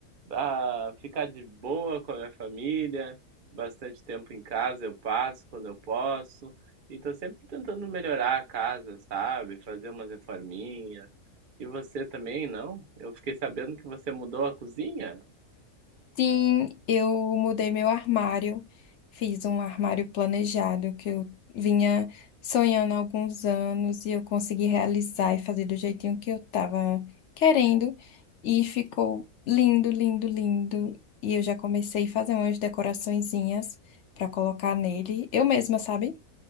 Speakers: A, on the right; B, on the left.
A: ah, ficar de boa com a minha família. Bastante tempo em casa eu passo quando eu posso. E tô sempre tentando melhorar a casa, sabe? Fazer umas reforminhas. E você também, não? Eu fiquei sabendo que você mudou a cozinha?
B: Sim, eu mudei meu armário, fiz um armário planejado que eu vinha sonhando há alguns anos e eu consegui realizar e fazer do jeitinho que eu estava querendo e ficou lindo, lindo, lindo. E eu já comecei a fazer umas decoraçõezinhas para colocar nele, eu mesma, sabe?